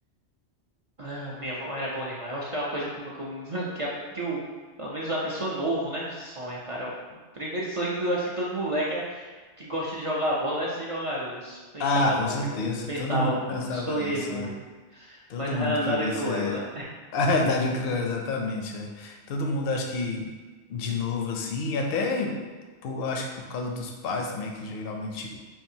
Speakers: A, on the right; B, on the left.
A: Ah, minha avó era bom demais. Eu acho que é uma coisa como, como- <laughs> que, a, que o, pelo menos a pessoa novo, né? Sonha, cara. O primeiro sonho que eu acho que todo moleque é- que gosta de jogar bola é ser jogador. Eu s- pensava
B: Ah, com
A: muito,
B: certeza,
A: né? Pensava
B: todo mundo
A: muito,
B: pensava
A: sonhei
B: nisso,
A: muito.
B: né? Todo
A: Mas a
B: mundo
A: realidade
B: queria
A: é cruel,
B: ser
A: né?
B: <laughs> A realidade é que não é exatamente, é. Todo mundo acha que, de novo, assim, e até por- acho que por causa dos pais também, que geralmente